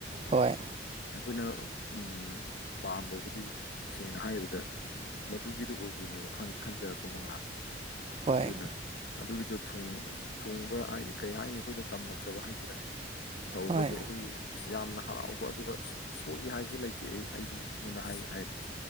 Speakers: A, on the right; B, on the left.
A: ꯍꯣꯏ
B: ꯑꯩꯈꯣꯏꯅ ꯎꯝ ꯄꯥꯝꯕꯕꯨꯗꯤ ꯁꯦꯡꯅ ꯍꯥꯏꯕꯗꯥ ꯃꯗꯨꯒꯤꯗꯨ ꯑꯣꯏ ꯗꯨꯏꯅꯦꯕ ꯋꯥꯈꯟ ꯈꯟꯖꯥꯔꯛꯄ ꯃꯪꯂꯥꯟꯁꯦ
A: ꯍꯣꯏ
B: ꯑꯗꯨꯅ ꯑꯗꯨꯒꯤꯗꯣ ꯊꯨꯡ ꯊꯨꯡꯕ ꯍꯥꯏꯗꯤ ꯀꯩ ꯍꯥꯏꯅꯤ ꯑꯩꯈꯣꯏꯗꯥ ꯇꯝꯂꯝꯗꯕ ꯍꯥꯏꯖꯤꯔꯥ ꯇꯧꯕꯒꯤ
A: ꯍꯣꯏ
B: ꯑꯒꯨꯏ ꯑꯁ ꯌꯥꯝꯅ ꯍꯔꯥꯎꯕ ꯑꯗꯨꯒꯥ ꯁꯣꯛꯏ ꯍꯥꯏꯕꯁꯨ ꯂꯩꯇꯦ ꯑꯩ ꯑꯩꯒꯤ ꯑꯩꯉꯣꯟꯗ ꯍꯥꯏ ꯍꯥꯏꯕꯗꯤ